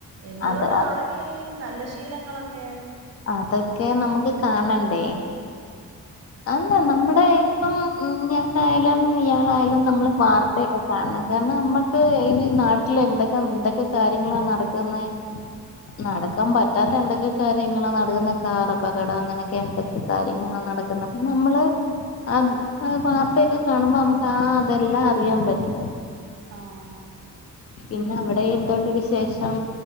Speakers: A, on the right; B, on the left.
A: എന്ന്
B: അത്
A: തൊട്ട് തൊടങ്ങി ഈ നല്ല ശീലങ്ങളൊക്കെ
B: അതൊക്കെ നമുക്ക് കാണണ്ടേ അല്ല നമ്മുടെ ഇപ്പം ഞാനായാലും ഇയാളായാലും നമ്മള് വാർത്തയൊക്കെ കാണ കാണ നമ്മക്ക് ഈ നാട്ടില് എന്തൊക്കെ എന്തൊക്കെ കാര്യങ്ങളാ നടക്കുന്നത്. നടക്കാൻ പറ്റ പറ്റാത്ത എന്തൊക്കെ കാര്യങ്ങ നടക്കുന്ന കാർ അപകടം അങ്ങനെയൊക്കെ എന്തൊക്കെ കാര്യങ്ങള നടക്കുന്നത് പിന്നെ നമ്മള് അ വാർത്തയൊക്കെ കാണുമ്പോ നമുക്ക് ആഹ് അതെല്ലാം അറിയാൻ പറ്റും
A: ആഹ്
B: പിന്നെ അവിടെ എന്തുണ്ട് വിശേഷം